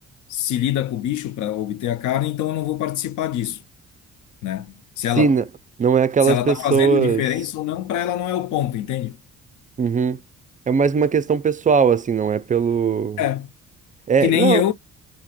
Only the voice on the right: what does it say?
Sim,
n- não é aquelas
pessoas...
Uhum. É mais uma questão pessoal, assim, não é pelo...
É,
não,